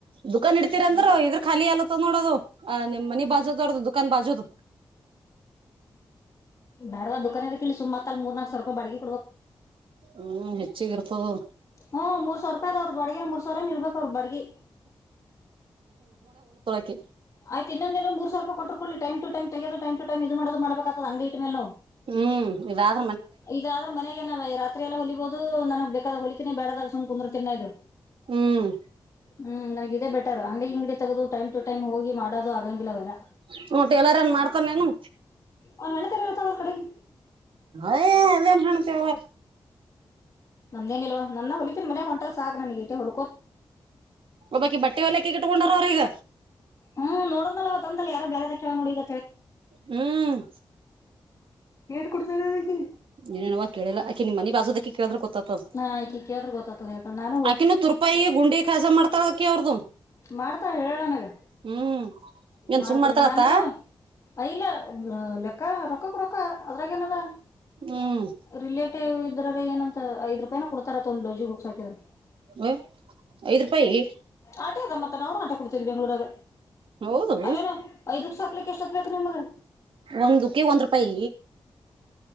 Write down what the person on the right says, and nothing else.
ದುಖಾನ್ ಇಡ್ತೀರಂದ್ರರು ಇದ್ರ ಖಾಲಿ ಅಲ್ಲ ನೋಡೋದು ಅ ನಿಮ್ಮ್ ಮನಿ ಬಾಜು ನೋಡದು ದುಕಾನ್ ಬಾಜುದು
ಹ್ಮ್ ಹೆಚ್ಚಿಗ ಇರ್ತದ
ಕ್ಕೆ
ಹ್ಮ್ ಇದಾದ
ಹ್ಮ್
ಹ್ಮ ಟೇಲರ್ ಏನ್ ಮಾಡ್ತಾನೇನು
ಏದನು ಹಣ್ಣ ತವ
ಒಬಾಕಿ ಬಟ್ಟೆ ಎಲ್ಲ ಕ ಇಟ್ಕೊಂಡಾರ ಅವ್ರ ಈಗ
ಹ್ಮ್
ಏನೇನವ ಕೇಳಿಲ್ಲಾಕೆ ನಿಮ್ಮ ಮನೆ ಬಾಸೋದಕ್ಕೆ ಕೇಳಿದ್ರೆ ಗೊತ್ತತದ
ಆಕಿನ ತುರ್ಪಾಯ ಗುಂಡಿ ಕಾಸ ಮಾಡ್ತಾಳ ಆಕಿ ಅವ್ರದು
ಹ್ಮ್ ಏನ್
ಸುಮ್ ಮಾಡ್ತಾಳತ್ತ
ಹ್ಮ್
ಹ ಐದ್ ರೂಪಾಯಿ
ಹೌದು
ಒಂದುಕ್ಕೆ ಒಂದ್ ರೂಪಾಯಿ